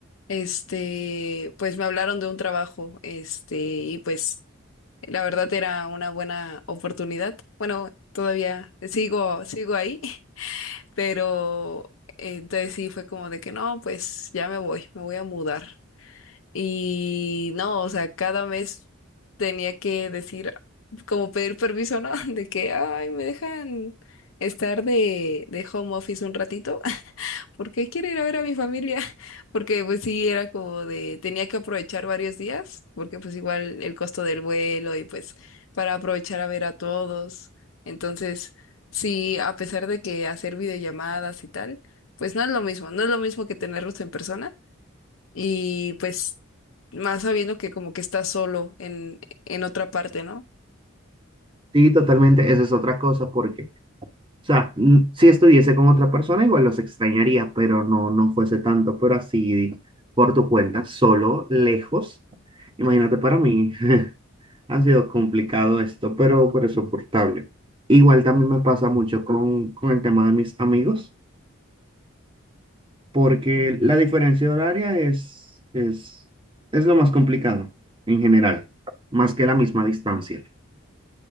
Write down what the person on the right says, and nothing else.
Sí, totalmente, esa es otra cosa, porque, o sea, mm, si estuviese con otra persona, igual los extrañaría, pero no, no fuese tanto, pero así, por tu cuenta, solo, lejos. Imagínate, para mí <laughs> ha sido complicado esto, pero, pero es soportable. Igual también me pasa mucho con, con el tema de mis amigos. porque la diferencia horaria es, es, es lo más complicado en general, más que la misma distancia.